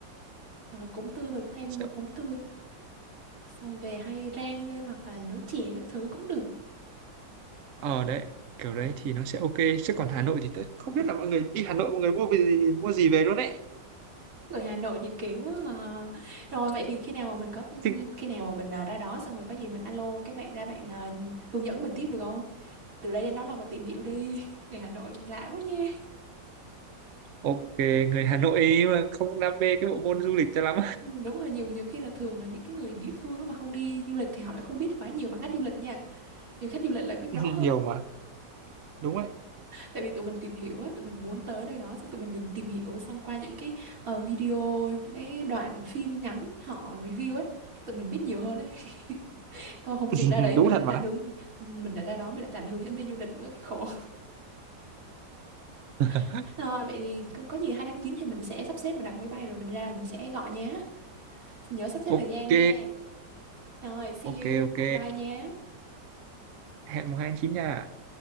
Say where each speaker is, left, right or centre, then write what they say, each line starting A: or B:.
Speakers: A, on the right; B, on the right.
A: hoặc là cốm tươi mình hay mua
B: Sẽ-
A: cốm tươi. Xong về hay rang lên hoặc là nấu chè các thứ cũng được.
B: ờ đấy kiểu đấy thì nó sẽ ok chứ còn Hà Nội thì tớ không biết là mọi người đi Hà Nội mọi người mua về gì mua gì về luôn đấy
A: Người Hà Nội gì kỳ quá à. Rồi vậy thì khi nào mà mình có
B: Chứ
A: khi nào mà mình à, ra đó xong rồi có gì mình alo các bạn ra bạn à, hướng dẫn mình tiếp được không? Từ đây đến đó là mà tìm hiểu đi. <laughs> Người Hà Nội lạ quá nha.
B: ok người Hà Nội ấy mà không đam mê cái bộ môn du lịch cho lắm
A: Ừ, đúng rồi nhiều nhiều khi là thường là những cái người địa phương á mà không đi du lịch thì họ lại không biết quá nhiều bằng khách du lịch nha nhưng khách du lịch lại biết rõ
B: <laughs>
A: hơn
B: nhiều mà đúng đấy
A: tại vì tụi mình tìm hiểu á tụi mình muốn tới nơi đó xong tụi mình định tìm hiểu xong qua những cái ờ, video những cái đoạn phim ngắn họ review ấy tụi mình biết nhiều hơn ấy <laughs> không, không chừng
B: <laughs>
A: ra đấy
B: đúng
A: mình
B: thật
A: lại thành
B: mà
A: hướng mình lại ra đó mình lại thành hướng dẫn viên du lịch nữa thì khổ
B: <laughs>
A: <laughs> rồi vậy thì có có gì hai tháng 9 thì mình sẽ sắp xếp mình đặt máy bay rồi mình ra mình sẽ gọi nhé nhớ sắp xếp
B: ok
A: thời gian nha rồi see
B: ok
A: you
B: ok
A: bye nhé
B: hẹn mùng hai tháng chín nha